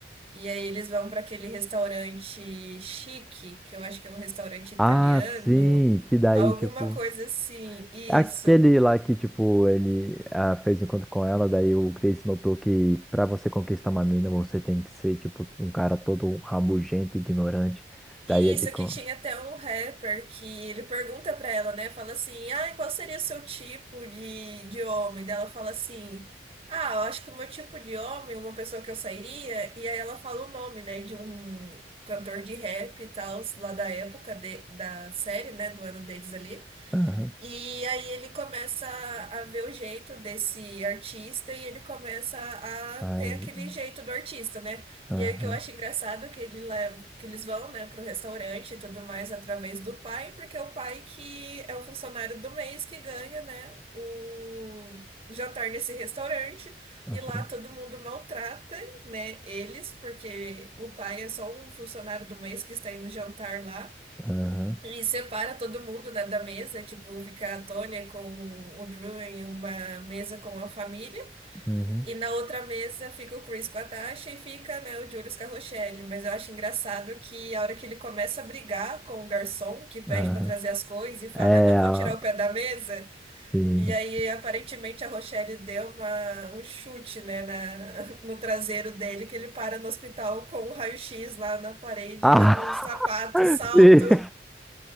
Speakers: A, on the right (about 30°); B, in the centre.
A: E aí eles vão pra aquele restaurante chique, que eu acho que é um restaurante italiano,
B: Ah, sim, que daí,
A: alguma
B: tipo.
A: coisa assim, isso.
B: é Aquele lá que, tipo, ele ah, fez um encontro com ela, daí o Chris notou que pra você conquistar uma mina, você tem que ser, tipo, um cara todo rabugento, ignorante.
A: E
B: Daí ele.
A: Isso,
B: co-
A: aqui tinha até um rapper que ele pergunta pra ela, né? Fala assim, ah, qual seria o seu tipo de, de homem? Daí ela fala assim, ah, eu acho que o meu tipo de homem, uma pessoa que eu sairia, e aí ela fala o nome, né, de um cantor de rap e tal, lá da época de- da série, né, do ano deles ali.
B: Aham,
A: E aí ele começa a ver o jeito desse artista e ele começa a
B: aham,
A: ter aquele jeito do artista, né?
B: aham,
A: E aí o que eu acho engraçado é que ele leva, que eles vão, né, pro restaurante e tudo mais através do pai, porque é o pai que é o funcionário do mês que ganha, né, o jantar nesse restaurante
B: aham,
A: e lá todo mundo maltrata, né, eles, porque o pai é só um funcionário do mês que está indo jantar lá.
B: aham,
A: E separa todo mundo, né, da mesa, tipo, fica a Tônia com o Drew em uma mesa com a família,
B: uhum,
A: e na outra mesa fica o Chris com a Tasha e fica, né, o Julius com a Rochelle. Mas eu acho engraçado que a hora que ele começa a brigar com o garçom, que pede
B: aham.
A: pra trazer as coisas, e fala,
B: É,
A: eu não
B: ah,
A: vou tirar o pé da mesa,
B: sim.
A: e aí aparentemente a Rochelle deu uma, um chute, né, na, <laughs> no traseiro dele, que ele para no hospital com o raio-x lá na parede,
B: Ah,
A: o sapato,
B: <laughs>
A: o salto.
B: sim.